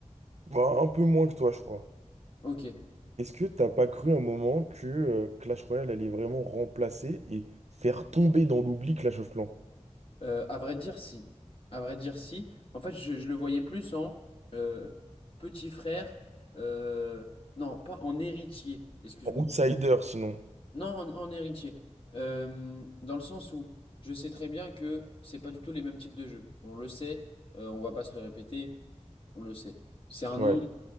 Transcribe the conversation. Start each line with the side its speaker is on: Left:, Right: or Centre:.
Right: bah, un peu moins que toi, je crois.
Left: Ok.
Right: Est-ce que t'as pas cru un moment que euh, Clash Royale allait vraiment remplacer et faire tomber dans l'oubli Clash of Clans?
Left: Euh, à vrai dire, si. À vrai dire, si. En fait, je, je le voyais plus en euh, petit frère. euh, non, pas en héritier. Excuse-moi.
Right: En outsider, sinon.
Left: Non, en, en héritier. Euh, dans le sens où je sais très bien que c'est pas du tout les mêmes types de jeux. On le sait, euh, on va pas se le répéter, on le sait. C'est un
Right: Ouais,
Left: nom.